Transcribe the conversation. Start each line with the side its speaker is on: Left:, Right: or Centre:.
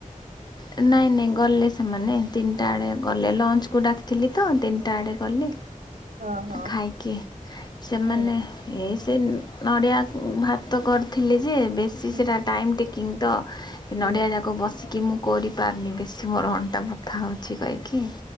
Left: ହଁ। ନାଇଁ ନାଇଁ ଗଲେ ସେମାନେ ତିନିଟା ଆଡ଼େ ଗଲେ ଲଞ୍ଚକୁ ଡାକିଥିଲି ତ ତିନିଟା ଆଡ଼େ ଗଲେ।
Right: ଓହୋ
Left: ଖାଇକି ସେମାନେ
Right: ହୁଁ
Left: ଏ ସେ ନଡ଼ିଆ ଭାତ କରିଥିଲି ଯେ ବେଶୀ
Right: ହୁଁ
Left: ସେଇଟା ଟାଇମ୍ ଟେକିଂ ତ ସେ ନଡ଼ିଆ
Right: ହୁଁ
Left: ଯାକ ବସିକି ମୁଁ କରିପାରୁନି ବେଶୀ ମୋର ଅଣ୍ଟା ବଥା ହେଉଛି କହିକି।